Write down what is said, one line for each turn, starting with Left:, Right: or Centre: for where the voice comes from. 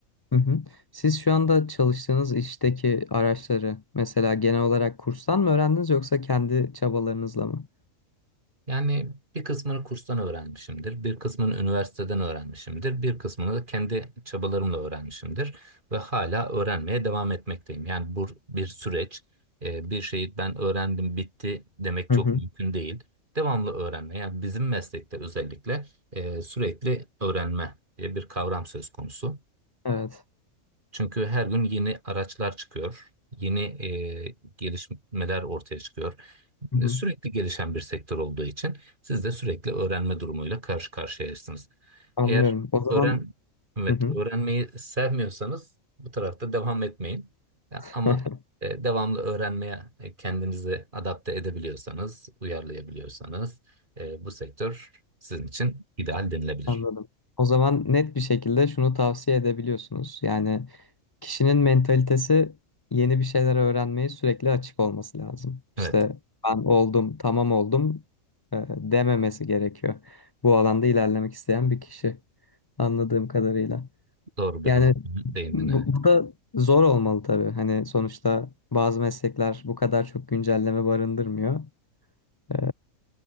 Left: Hı hı. Siz şu anda çalıştığınız işteki araçları mesela genel olarak kurstan mı öğrendiniz yoksa kendi çabalarınızla mı?
Right: Yani bir kısmını kurstan öğrenmişimdir, bir kısmını üniversiteden öğrenmişimdir, bir kısmını da kendi çabalarımla öğrenmişimdir ve hala öğrenmeye devam etmekteyim. Yani bu bir süreç, Ee, bir şeyi ben öğrendim, bitti demek
Left: Hı
Right: çok
Left: hı.
Right: mümkün değil. Devamlı öğrenme, yani bizim meslekte özellikle e, sürekli öğrenme diye bir kavram söz konusu.
Left: Evet.
Right: Çünkü her gün yeni araçlar çıkıyor, yeni e, gelişmeler ortaya çıkıyor.
Left: Hı hı.
Right: Sürekli gelişen bir sektör olduğu için siz de sürekli öğrenme durumuyla karşı karşıyayısınız.
Left: Anlıyorum.
Right: Eğer
Left: O zaman
Right: öğren, evet,
Left: Hı hı.
Right: öğrenmeyi sevmiyorsanız bu tarafta devam etmeyin. Ya,
Left: <laughs>
Right: ama e, devamlı öğrenmeye e, kendinizi adapte edebiliyorsanız, uyarlayabiliyorsanız e, bu sektör sizin için ideal denilebilir.
Left: Anladım. O zaman net bir şekilde şunu tavsiye edebiliyorsunuz. Yani Kişinin mentalitesi yeni bir şeyler öğrenmeye sürekli açık olması lazım. İşte
Right: Evet,
Left: ben oldum, tamam oldum e, dememesi gerekiyor. Bu alanda ilerlemek isteyen bir kişi anladığım kadarıyla.
Right: doğru bir
Left: Yani
Right: noktaya değindin,
Left: bu,
Right: evet.
Left: bu da zor olmalı tabii. Hani sonuçta bazı meslekler bu kadar çok güncelleme barındırmıyor. E,